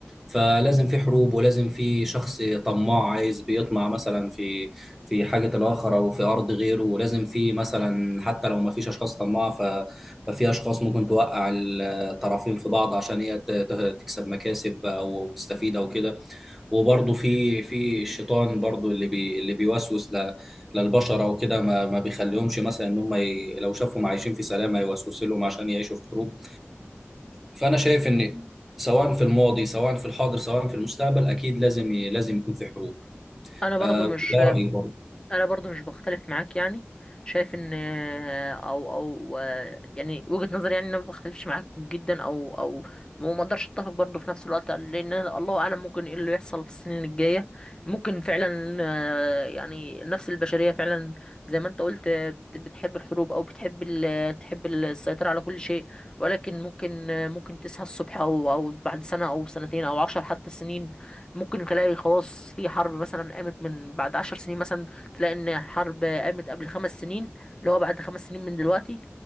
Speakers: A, in the centre; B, on the left.
A: فلازم في حروب ولازم في شخص طماع عايز بيطمع مثلا في في حاجة الآخر أو في أرض غيره ولازم في مثلا حتى لو ما فيش أشخاص طماعة ف- ففي أشخاص ممكن توقع الطرفين في بعض عشان هي ت- ت- تكسب مكاسب أو تستفيد أو كده وبرضه في في الشيطان برضه اللي بي اللي بيوسوس ل- للبشر أو كده ما ما بيخليهمش مثلا إن هم ي- لو شافهم عايشين في سلام هيوسوس لهم عشان يعيشوا في حروب فانا شايف ان سواء في الماضي سواء في الحاضر سواء في المستقبل اكيد لازم لازم يكون في حروب
B: أنا برضه
A: آه،
B: مش
A: ده رايي برضه
B: انا برضو مش بختلف معاك يعني شايف ان او او يعني وجهة نظري يعني ان انا ما بختلفش معاك جدا او او وما اقدرش اتفق برضو في نفس الوقت لان الله اعلم ممكن ايه اللي يحصل في السنين الجاية ممكن فعلا آه، يعني النفس البشرية فعلا زي ما انت قلت آه، بت- بتحب الحروب او بتحب ال- تحب السيطرة على كل شيء ولكن ممكن آه، ممكن تصحى الصبح او او بعد سنة او سنتين او عشر حتى سنين ممكن تلاقي خلاص في حرب مثلا قامت من بعد عشر سنين مثلا تلاقي ان حرب قامت قبل خمس سنين اللي هو بعد خمس سنين من دلوقتي